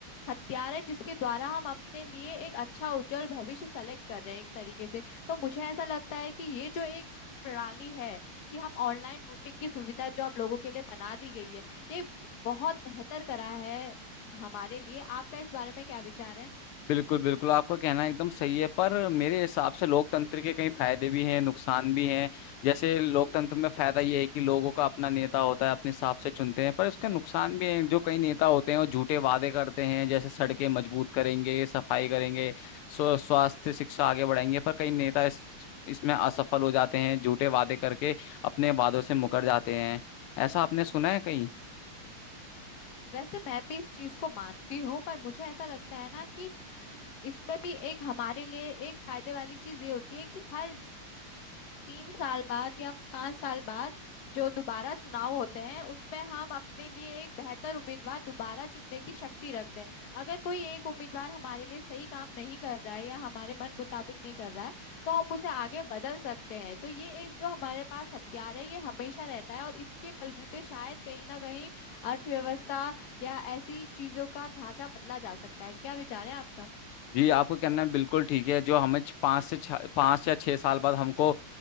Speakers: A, on the left; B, on the left.
A: हथियार है जिसके द्वारा हम अपने लिए एक अच्छा उज्जवल भविष्य सेलेक्ट कर रहे हैं एक तरीके से तो मुझे ऐसा लगता है कि ये जो एक प्रणाली है कि हम ऑनलाइन वोटिंग की सुविधा जो आप लोगों के लिए बना दी गई है ये बहुत बेहतर करा है हमारे लिए आपका इस बारे में क्या विचार है
B: बिल्कुल बिल्कुल आपका कहना एकदम सही है पर मेरे हिसाब से लोकतंत्र के कई फायदे भी हैं नुकसान भी हैं जैसे लोकतंत्र में फायदा ये है कि लोगों का अपना नेता होता है अपने हिसाब से चुनते हैं पर उसके नुकसान भी हैं जो कई नेता होते हैं वो झूठे वादे करते हैं जैसे सड़कें मजबूत करेंगे सफाई करेंगे स्व- स्वास्थ्य शिक्षा आगे बढ़ाएंगे पर कई नेता इस, इसमें असफल हो जाते हैं झूठे वादे करके अपने वादों से मुकर जाते हैं ऐसा आपने सुना है कहीं
A: वैसे मैं भी इस चीज को मानती हूँ पर मुझे ऐसा लगता है ना कि इसमें भी एक हमारे लिए एक फायदे वाली चीज ये होती है कि हर तीन साल बाद या पांच साल बाद जो दोबारा चुनाव होते हैं उसमें हम अपने लिए एक बेहतर उम्मीदवार दोबारा चुनने की शक्ति रखते हैं अगर कोई एक उम्मीदवार हमारे लिए सही काम नहीं कर रहा है या हमारे मन मुताबिक नहीं कर रहा है तो हम उसे आगे बदल सकते हैं तो ये एक जो हमारे पास हथियार है ये हमेशा रहता है और इसके बलबूते शायद कहीं ना कहीं अर्थव्यवस्था या ऐसी चीजों का ढांचा बदला जा सकता है क्या विचार है आपका
B: जी आपका कहना है बिल्कुल ठीक है जो हमें छ- पाँच से छः पाँच या छः साल बाद हमको